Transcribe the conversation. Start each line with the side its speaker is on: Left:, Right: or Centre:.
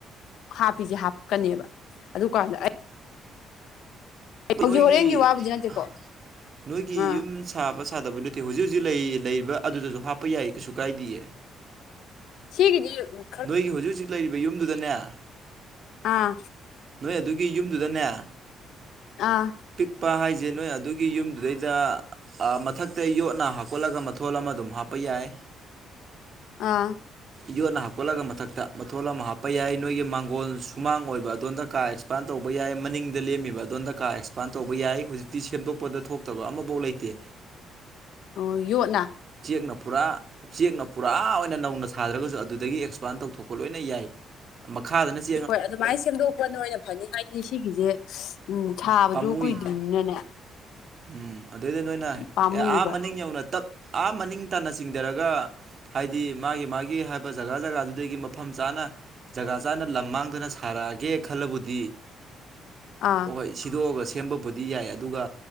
Left: ꯍꯥꯞꯄꯤꯖꯦ ꯍꯥꯞꯀꯅꯦꯕ ꯑꯗꯨꯀꯥꯟꯗ ꯑꯩ ꯍꯧꯖꯤꯛ
Right: ꯅꯣꯏꯒꯤ
Left: ꯍꯣꯔꯦꯟꯒꯤ ꯋꯥꯕꯨꯗꯤ ꯅꯠꯇꯦꯀꯣ
Right: ꯑ-ꯅꯣꯏꯒꯤ
Left: ꯑꯥ
Right: ꯌꯨꯝ ꯁꯥꯕ ꯁꯥꯗꯕ ꯅꯠꯇꯦ ꯍꯨꯖꯤꯛ ꯍꯨꯖꯤꯛ ꯂꯩ-ꯂꯩꯔꯤꯕ ꯑꯗꯨꯗꯖꯨ ꯍꯥꯞꯄ ꯌꯥꯏ ꯀꯩꯁꯨ ꯀꯥꯏꯗꯤꯌꯦ꯫
Left: ꯁꯤꯒꯤꯗꯤ ꯃ
Right: ꯅꯣꯏꯒꯤ ꯍꯨꯖꯤꯛ ꯍꯨꯖꯤꯛ ꯂꯩꯔꯤꯕ ꯌꯨꯝꯗꯨꯗꯅꯦ
Left: ꯑꯥ
Right: ꯅꯣꯏ ꯑꯗꯨꯒꯤ ꯌꯨꯝꯗꯨꯗꯅꯦ
Left: ꯑꯥ
Right: ꯄꯤꯛꯄ ꯍꯥꯏꯖꯦ ꯅꯣꯏ ꯑꯗꯨꯒꯤ ꯌꯨꯝꯗꯨꯗꯩꯗ ꯑ ꯃꯊꯛꯇ ꯌꯣꯠꯅ ꯍꯥꯞꯀꯠꯂꯒ ꯃꯊꯣꯜ ꯑꯃ ꯑꯗꯨꯝ ꯍꯥꯞꯄ ꯌꯥꯏ꯫
Left: ꯑꯥ
Right: ꯌꯣꯠꯅ ꯍꯥꯞ ꯀꯠꯂꯒ ꯃꯊꯛꯇ ꯃꯊꯣꯜ ꯑꯃ ꯍꯥꯞꯄ ꯌꯥꯏ ꯅꯣꯏꯒꯤ ꯃꯥꯡꯒꯣꯜ ꯁꯨꯃꯥꯡ ꯑꯣꯏꯕ ꯑꯗꯣꯝꯗ ꯀꯥ ꯑꯦꯛꯁ ꯄꯥꯟ ꯇꯧꯕ ꯌꯥꯏ ꯃꯅꯤꯡꯗ ꯂꯦꯝꯃꯤꯕ ꯑꯗꯣꯟꯗ ꯀꯥ ꯑꯦꯛꯁꯄꯥꯟ ꯇꯧꯕ ꯌꯥꯏ ꯍꯨꯖꯤꯛꯇꯤ ꯁꯦꯝꯗꯣꯛꯄꯗ ꯊꯣꯛꯇꯕ ꯑꯃꯕꯣꯛ ꯂꯩꯇꯦ꯫
Left: ꯑꯣ ꯌꯣꯠꯅ
Right: ꯆꯦꯛꯅ ꯄꯨꯔꯥ ꯆꯦꯛꯅ ꯄꯨꯔꯥ ꯑꯣꯏꯅ ꯅꯧꯅ ꯁꯥꯗ꯭ꯔꯒꯁꯨ ꯑꯗꯨꯗꯒꯤ ꯑꯦ ꯑꯦꯛꯁꯄꯥꯟ ꯇꯧꯊꯣꯛꯄ ꯂꯣꯏꯅ ꯌꯥꯏ꯫ ꯃꯈꯥꯗꯅ ꯆꯦ
Left: ꯍꯣꯏ ꯑꯗꯨꯃꯥꯏꯅ ꯁꯦꯝꯗꯣꯛꯄꯅ ꯑꯣꯏꯅ ꯐꯅꯤ ꯍꯥꯏꯗꯤ ꯁꯤꯒꯤꯖꯦ ꯎꯝ ꯁꯥꯕꯖꯨ
Right: ꯄꯥꯝꯃꯨꯏ
Left: ꯀꯨꯏꯗ꯭ꯔꯤꯕꯅꯤꯅꯅꯦ
Right: ꯎꯝ ꯑꯗꯩꯗ ꯅꯣꯏꯅ ꯑꯦ
Left: ꯄꯥꯝꯃꯨꯏꯕ
Right: ꯑꯥ ꯃꯅꯤꯡ ꯌꯧꯅ ꯇꯞ ꯑꯥ ꯃꯅꯤꯡ ꯇꯥꯟꯅ ꯆꯤꯡꯗꯔꯒ ꯍꯥꯏꯗꯤ ꯃꯥꯒꯤ ꯃꯥꯒꯤ ꯍꯥꯏꯕ ꯖꯒꯥ ꯖꯒꯥꯗꯨꯗꯒꯤ ꯃꯐꯝ ꯆꯥꯅ ꯖꯒꯥ ꯆꯥꯅ ꯂꯝ ꯃꯥꯡꯗꯅ ꯁꯥꯔꯛꯑꯒꯦ ꯈꯜꯂꯕꯨꯗꯤ
Left: ꯑꯥ
Right: ꯍꯣꯏ ꯁꯤꯗꯣꯛꯑꯒ ꯁꯦꯝꯕꯕꯨꯗꯤ ꯌꯥꯏ ꯑꯗꯨꯒ